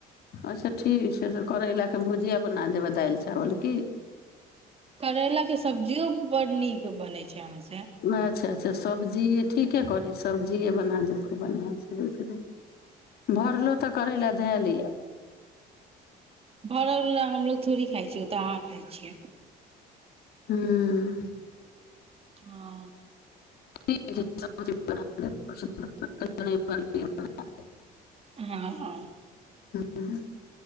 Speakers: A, on the left; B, on the right.
A: अच्छा ठीक छै तऽ करैला केऽ भुजिया बना देबै दालि चावल की
B: करैला के सब्जियो बड नीक बनै छै अहाँ से
A: अच्छा अच्छा सब्जीये ठी ठीके करी सब्जिए बना देब खूब बढ़ियांसँ ध कै भरलो तऽ करैला धए ले अ
B: भड़वला हमलोग थोड़ी खाइ छिय ओ तऽ अहाँ खाइ छियै
A: हम्म
B: हँ
A: <inaudible>
B: हँ हं
A: ह